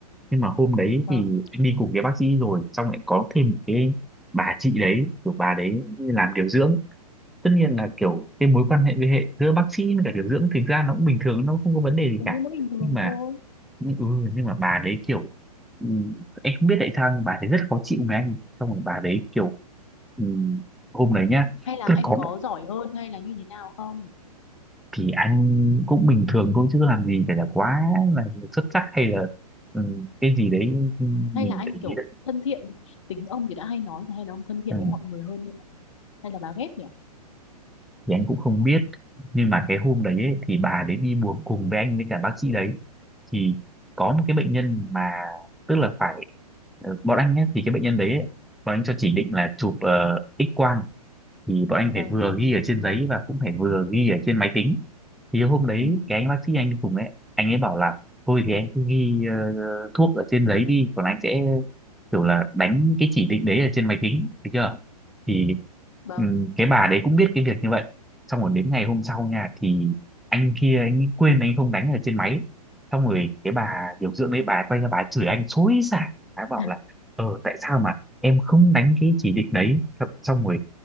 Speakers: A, in the centre; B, on the left (about 50°).
A: nhưng mà hôm đấy
B: vâng
A: thì anh đi cùng cái bác sĩ rồi xong lại có thêm một cái bà chị đấy kiểu bà đấy làm điều dưỡng tất nhiên là kiểu cái mối quan hệ với hệ giữa bác sĩ với cả điều dưỡng thực ra nó cũng bình thường nó không có vấn đề gì
B: Ừ,
A: cả
B: nó bình thường
A: nhưng mà
B: thôi.
A: nhưng, ừ, nhưng mà bà đấy kiểu ừ, em không biết tại sao nhưng bà đấy rất khó chịu với anh xong rồi bà đấy kiểu ừ, hôm đấy nhá
B: hay là
A: tức là
B: anh
A: có
B: có
A: một-
B: giỏi hơn hay là như thế nào không
A: thì anh cũng bình thường thôi chứ làm gì phải là quá là xuất sắc hay là ừ, cái gì đấy mình
B: hay là anh
A: để
B: kiểu
A: ý đấy
B: thân thiện tính ông thì đã hay nói hay là ông thân thiện
A: ừ,
B: với mọi người hơn hay là, hay là bà ghét nhỉ
A: thì anh cũng không biết nhưng mà cái hôm đấy ấy, thì bà đấy đi buồng cùng với anh với cả bác sĩ đấy thì có một cái bệnh nhân mà tức là phải ờ, bọn anh ấy, thì cái bệnh nhân đấy ấy, bọn anh cho chỉ định là chụp ờ, X quang thì bọn anh
B: vâng
A: phải vừa ghi ở trên giấy và cũng phải vừa ghi ở trên máy tính thì hôm đấy
B: ừ.
A: cái anh bác sĩ anh đi cùng ấy anh ấy bảo là thôi thì anh cứ ghi ờ, thuốc ở trên giấy đi còn anh sẽ kiểu là đánh cái chỉ định đấy ở trên máy tính được chưa thì
B: vâng
A: ừm, cái bà đấy cũng biết cái việc như vậy xong rồi đến ngày hôm sau nha thì anh kia anh ấy quên anh không đánh ở trên máy xong rồi cái bà điều dưỡng đấy bà quay ra bà chửi anh xối xả bà bảo
B: <laughs>
A: là ờ tại sao mà em không đánh cái chỉ định đấy xong rồi